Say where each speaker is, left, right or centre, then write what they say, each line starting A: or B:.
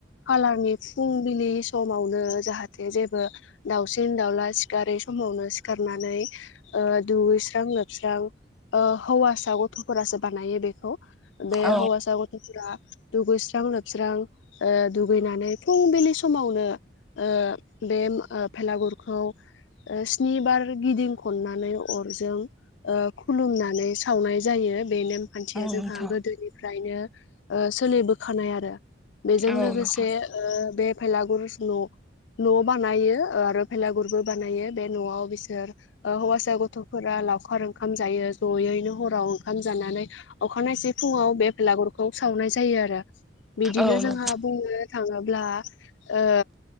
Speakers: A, on the left; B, in the centre.
A: खालारनि फुंबिलि समावनो जाहाथे जेबो दाउसिन दाउला सिखारै समावनो सिखारनानै ओ दुगैस्रां लोबस्रां ओ हौवासा गथ'फोरासो बानायो बेखौ बे
B: औ
A: हौवासा गथ'फोरा दुगैस्रां लोबस्रां ओ दुगैनानै फुंबिलि समावनो ओ बे <unintelligible> भेलागुरखौ ओ स्निबार गिदिंखननानै अरजों ओ खुलुमनानै सावनाय जायो बेनेम खान्थिया
B: औ
A: जोंहा
B: नोंथां
A: गोदोनिफ्रायनो ओ सोलिबोखानाय आरो बेजों
B: औ
A: लोगोसे
B: नोंथां
A: ओ बे भेलागुरस न' न' बानायो आरो भेलागुरबो बानायो बे न'आव बिसोर ओ हौवासा गथ'फोरा लावखार ओंखाम जायो जयैनो हराव ओंखाम जानानै अखानायनायसै फुङाव बे लागुरखौ सावनाय जायो आरो बिदिनो
B: औ नोंथां
A: जोंहा बुंनो थाङोब्ला ओ